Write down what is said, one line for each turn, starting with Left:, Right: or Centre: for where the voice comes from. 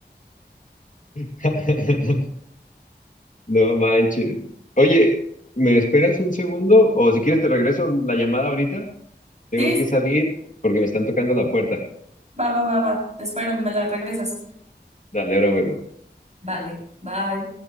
Left: <laughs> No manches. Oye, ¿me esperas un segundo? O si quieres te regreso la llamada ahorita. Tengo
Right: Sí,
Left: que salir porque me están tocando la puerta.
Right: va, va, va, va. Te espero, me la regresas.
Left: Dale, ahora vuelvo.
Right: Vale, bye.